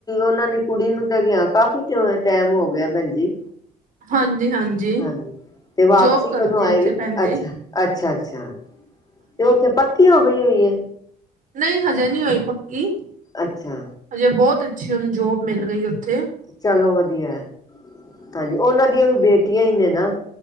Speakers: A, on the left (about 20°); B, on the right (about 50°).
A: ਉਨਾਂ ਦੀ ਕੁੜੀ ਨੂੰ ਤੇ ਗਿਆ ਕਾਫੀ ਟੈਮ ਹੋ ਗਿਆ ਭੈਣਜੀ।
B: ਹਾਂਜੀ-ਹਾਂਜੀ।
A: ਹਾਂਜੀ, ਤੇ ਵਾਪਸੀ
B: ਜੋਬ ਕਰਦੀ
A: ਕਦੋਂ ਆਏਗੀ
B: ਉੱਥੇ ਭੈਣ ਜੀ
A: ਅੱਛਾ, ਅੱਛਾ, ਅੱਛਾ। ਤੇ ਓੱਥੇ ਪੱਕੀ ਹੋ ਗਈ ਹੋਈ ਏ।
B: ਨਈ ਹਜੇ ਨੀ ਹੋਈ ਪੱਕੀ।
A: ਅੱਛਾ।
B: ਹਜੇ ਬੌਤ ਅੱਛੀ ਓਨੁ ਜੋਬ ਮਿਲ ਗਈ ਓੱਥੇ।
A: ਚਲੋ ਵਦੀਆ ਹਾਂਜੀ ਉਨਾਂ ਦੀਆਂ ਵੀ ਬੇਟੀਆਂ ਈ ਨੇ ਨਾ।